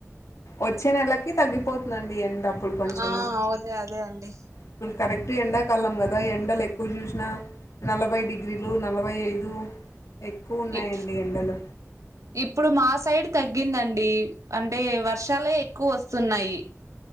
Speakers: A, on the left (about 70°); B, on the right (about 85°).
A: వచ్చే నెలకి తగ్గిపోతుండి ఎండ అప్పుడు కొంచెము
B: ఆ అదే అదే అండి
A: ఇప్పుడు కరెక్ట్ ఎండకాలం గదా ఎండలు ఎక్కువ చూసినా నలభై డిగ్రీ లు నలభై ఐదు ఎక్కువ ఉన్నాయండి
B: ఇ-
A: ఎండలు
B: ఇప్పుడు మా సైడ్ తగ్గిందండి అంటే వర్షాలే ఎక్కువ వస్తున్నాయి